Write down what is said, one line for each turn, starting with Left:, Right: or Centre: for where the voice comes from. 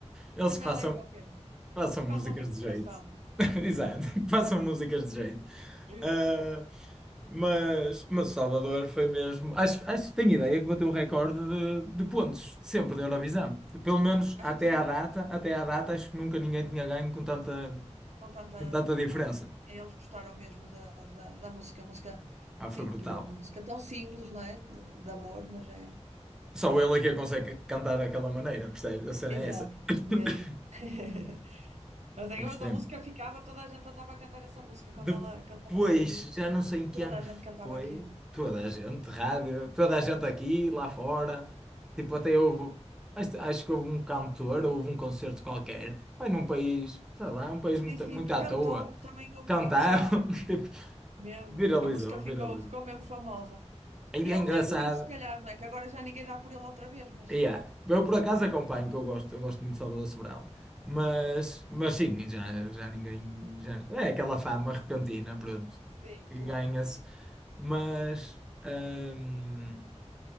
Centre: Eles
Right: Portugal
Centre: que façam,
Right: é em qualquer um.
Centre: façam
Right: Portugal
Centre: músicas
Right: vota com
Centre: de
Right: o coração.
Centre: jeito. <laughs> Exato, <laughs> que façam músicas de jeito.
Right: Exato.
Centre: Ah, Mas, mas o Salvador foi mesmo. Acho, acho que tenho ideia que bateu o recorde de, de pontos de sempre da Eurovisão. Pelo menos
Right: Acho
Centre: até
Right: que sim,
Centre: à data, até à data, acho que nunca ninguém tinha ganho com tanta,
Right: com tanta
Centre: com tanta diferença.
Right: margem. Eles gostaram mesmo da, da, da música, música,
Centre: Ah,
Right: sim,
Centre: foi brutal.
Right: e é uma música tão simples, não é? De, de amor, mas é.
Centre: Só ele é que consegue cantar daquela maneira, percebes? A cena
Right: Exato,
Centre: é essa. <coughs>
Right: mesmo. <laughs> Mas, é,
Centre: Muito
Right: mas
Centre: tempo.
Right: a música ficava, toda a gente andava a cantar essa música quando
Centre: Depois,
Right: ela, quando ela saiu,
Centre: já não sei em que
Right: toda
Centre: ano
Right: a gente cantava
Centre: foi,
Right: aquilo.
Centre: toda a gente, rádio, toda a gente aqui, lá fora, tipo, até houve, acho, acho que houve um cantor, houve um concerto qualquer, foi num país, sei lá, um país
Right: Sim,
Centre: muito,
Right: sim,
Centre: muito
Right: que
Centre: à
Right: cantou,
Centre: toa,
Right: também ouvi,
Centre: cantaram,
Right: sim,
Centre: <laughs> tipo,
Right: mesmo.
Centre: viralizou,
Right: A música ficou,
Centre: viralizou.
Right: ficou mesmo famosa.
Centre: Aí
Right: E
Centre: é
Right: ele
Centre: engraçado,
Right: nem por isso, se calhar, não é? Que agora já ninguém dá por ele outra vez, mas.
Centre: Yeah. Eu por acaso
Right: mas
Centre: acompanho, que eu gosto, eu gosto muito de Salvador Sobral. Mas,
Right: ah,
Centre: mas sim, já, já ninguém. Já, é aquela fama repentina, pronto,
Right: sim,
Centre: que
Right: claro.
Centre: ganha-se.
Right: É.
Centre: Mas hum,